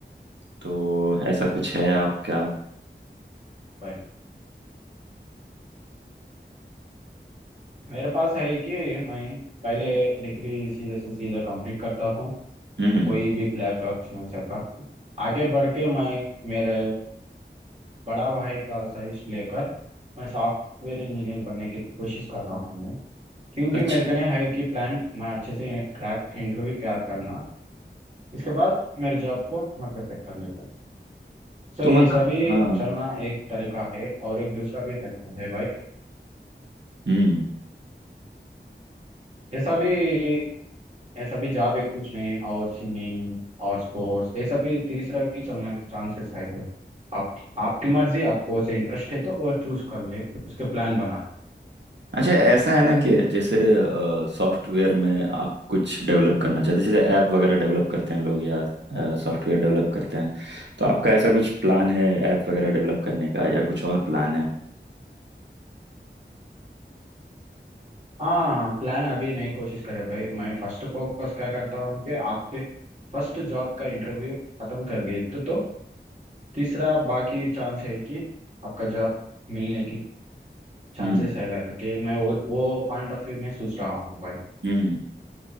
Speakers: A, on the right; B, on the right.
A: तो ऐसा कुछ है आपका
B: भाई मेरे पास है कि मैं पहले डिग्री सीधे से सीधा कंप्लीट करता हूँ
A: हम्म
B: कोई भी ब्लैक लॉक्स में सका आगे बढ़ के मैं मेरे बड़ा भाई का सजेस्ट लेकर मैं सॉफ्टवेयर इंजीनियर बनने की कोशिश कर रहा हूँ क्योंकि
A: अच्छा
B: मेरे को नहीं है कि प्लान मैं अच्छे से क्रैक इंटरव्यू क्रैक करना इसके बाद मेरे जॉब को मैं परफेक्ट कर लेता हूँ सो
A: तो
B: ऐसा
A: मतलब
B: भी
A: हाँ
B: चलना एक तरीका है और एक दूसरा भी तरीका है भाई
A: हम्म
B: ऐसा भी ऐसा भी जॉब एक कुछ नहीं और सिंगिंग और स्पोर्ट्स ऐसा भी तीसरा भी चलने के चांसेस है तो आप आपकी मर्जी आपको उसे इंटरेस्ट है तो वो चूज कर ले उसके प्लान बना ले
A: अच्छा ऐसा है ना कि जैसे सॉफ्टवेयर में आप कुछ डेवलप करना चाहते हैं जैसे ऐप वगैरह डेवलप करते हैं लोग या सॉफ्टवेयर डेवलप करते हैं तो आपका ऐसा कुछ प्लान है ऐप वगैरह डेवलप करने का या कुछ और प्लान है
B: हाँ प्लान अभी नहीं कोशिश करे भाई मैं फर्स्ट फोकस क्या करता हूँ कि आपके फर्स्ट जॉब का इंटरव्यू खत्म कर दिए तो, तो तीसरा बाकी चांस है कि आपका जॉब मिलने की चांसेस
A: हम्म
B: है लगे मैं वो वो पॉइंट ऑफ व्यू में सोच रहा हूँ भाई
A: हम्म